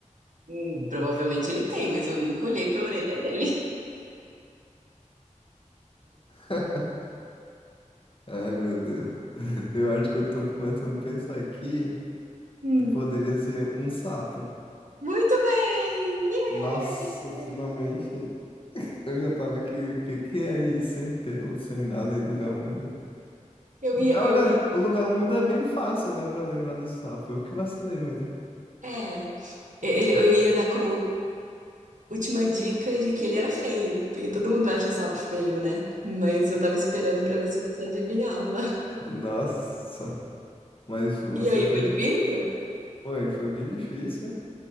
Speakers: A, on the right; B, on the left.
A: Hum, provavelmente ele tem, mas eu nunca olhei pra orelha dele.
B: <laughs> Ai, meu Deus. Eu acho que eu tô começando a pensar aqui
A: <laughs>
B: que poderia ser um sapo.
A: Muito bem! Yeah!
B: Nossa, finalmente. Eu já tava aqui. O que que é isso? Sem pelo, sem nada, e lugar úmido.
A: Eu
B: Então,
A: ia, eu
B: olha,
A: ia,
B: o lugar úmido é bem fácil, né? Pra lembrar do sapo. Eu que vacilei mesmo.
A: é, ele, eu ia dar como última dica de que ele era feio, porque todo mundo acha sapo feio, né? Mas eu tava esperando pra ver se você adivinhava.
B: Nossa, mas você
A: E aí,
B: foi.
A: foi difícil?
B: Foi, foi bem difícil,